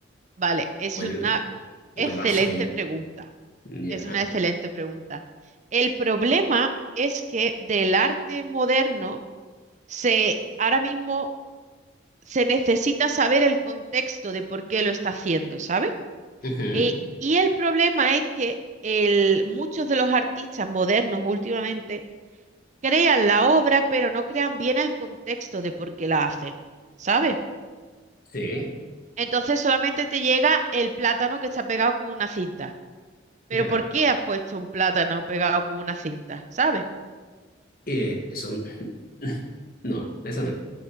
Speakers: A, on the right; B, on the left.
A: Vale, es
B: O el,
A: una
B: o
A: excelente
B: el vaso ya.
A: pregunta.
B: Ya.
A: Es una excelente pregunta. El problema es que del arte moderno se ahora mismo se necesita saber el contexto de por qué lo está haciendo, ¿sabes?
B: Ujú.
A: Eh, y el problema es que el- muchos de los artistas modernos últimamente crean la obra, pero no crean bien el contexto de por qué la hacen, ¿sabes?
B: Sí,
A: Entonces solamente te llega el plátano que está pegado con una cinta. Pero
B: claro.
A: ¿por qué has puesto un plátano pegado con una cinta? ¿Sabes?
B: Eh, son... <laughs> No, esa no.